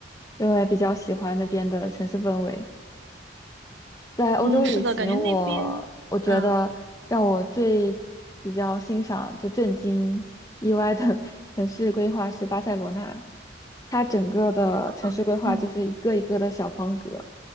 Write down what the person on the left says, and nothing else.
因为比较喜欢那边的城市氛围。在欧洲旅行我，
我觉得让我最比较欣赏、
就震惊、意外的 <laughs> 城市规划是巴塞罗那。它整个的城市规划就是一个一个的小方格，